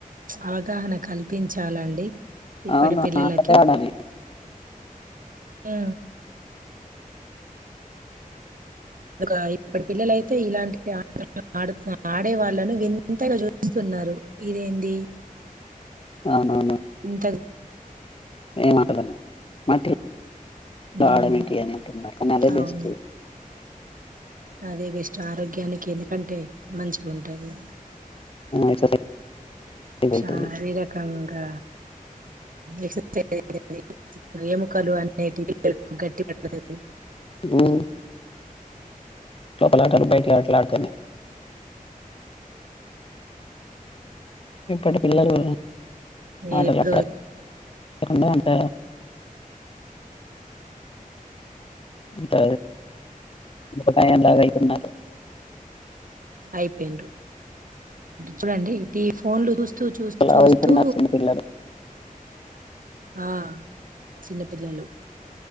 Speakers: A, on the right; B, on the left.
A: అవగాహన కల్పించాలండి ఇప్పడి
B: అవును
A: పిల్లలకి
B: ఆటలే ఆడాలి
A: ఆ అ ఇప్పుడు పిల్లలైతే ఇలాంటి ఆడు ఆడే వాళ్ళను వింతగా చూస్తున్నారు ఇదేంది
B: అవునువును
A: ఇంతరు
B: ఏమాట ఆ మట
A: హ్మ్.
B: ఆడమిటి అని అంటున్నారు కానీ అదే
A: అవును.
B: బెస్ట్
A: అదే బెస్ట్ ఆరోగ్యానికి ఎందుకంటే మంచిగా ఉంటది
B: ఎక్సర్సైజ్ అవుతుంది
A: శారీరకంగా ఎక్ససైజ్ ఎముకలు అనేటి గట్టి పడుతు
B: హ్మ్ చప్పలా చలు బయటిల కలాడుత <inaudible> ఇప్పుటి పిల్లలు
A: ఏ
B: ఆటలు
A: ఇప్పుడు
B: ఆడకుండా అంత అంత ముపకాయం లాగా అవుతున్నారు
A: <inaudible> అయిపోయిండ్రు చూడండి ఇ ఫోన్లు చూస్తూ చూస్తూ
B: లావు
A: చూస్తూ
B: అవుతున్నారు చిన్న పిల్లలు
A: ఆ చిన్నపిిల్లలు